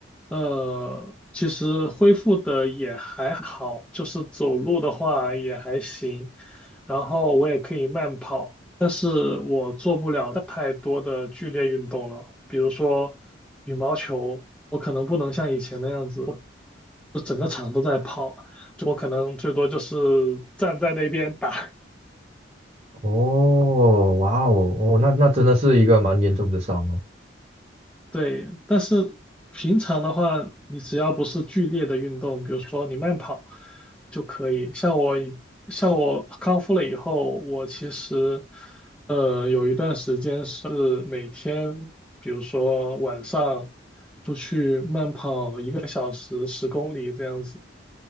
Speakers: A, in the centre; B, on the right.
A: 呃，其实恢复的也还好，就是走路的话也还行，然后我也可以慢跑，但是我做不了太多的剧烈运动了，比如说羽毛球，我可能不能像以前那样子，就整个场都在跑，就我可能最多就是站在那边打。
B: 哦，哇哦，哦，那那真的是一个蛮严重的伤哦。
A: 对，但是平常的话，你只要不是剧烈的运动，比如说你慢跑就可以。像我以像我康复了以后，我其实呃有一段时间是每天，比如说晚上出去慢跑一个小时，十公里这样子。